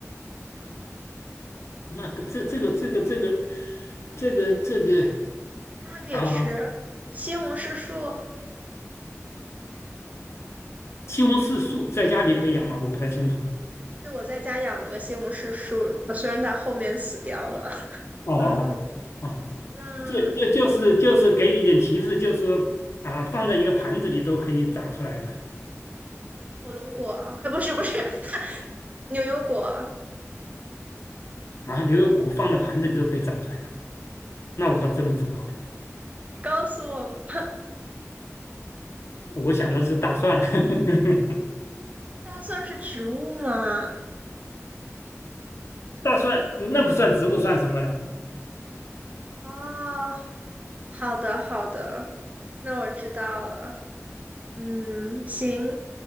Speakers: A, on the left; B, on the right.
A: 那个这这个这个这个这个这个
B: 它还可以吃。
A: 啊，
B: 西红柿树，
A: 西红柿树在家里可以养吗？我不太清楚。
B: 对，我在家养了个西红柿树，虽然它后面死掉了。<laughs>
A: 哦哦哦，
B: 嗯，那
A: 就就就是就是给你一点提示，就是啊，放在一个盘子里都可以长出来的
B: 火龙果，哎，不是不是，<laughs> 牛油果，
A: 啊，牛油果放在盘子里都可以长出来啊。那我倒真不知道哎，
B: 你告诉我吧。
A: 我想的是大蒜。<laughs>
B: 大蒜是植物吗？
A: 大蒜那不算植物，算什么呢？
B: 啊，好的好的，那我知道了。嗯，行，